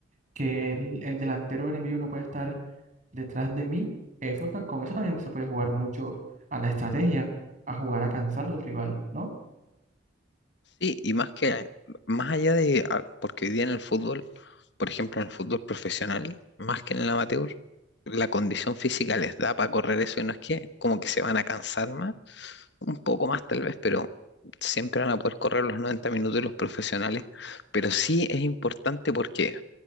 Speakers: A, on the right; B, on the left.
A: que el, el delantero enemigo no puede estar detrás de mí, eso, ta- con eso también se puede jugar mucho a la estrategia, a jugar a cansar al rival, ¿no?
B: Sí, y más que, más allá de, ah, porque hoy día en el fútbol, por ejemplo, en el fútbol profesional, más que en el amateur, la condición física les da para correr eso y no es que como que se van a cansar más, un poco más tal vez, pero siempre van a poder correr los 90 minutos de los profesionales. Pero sí es importante porque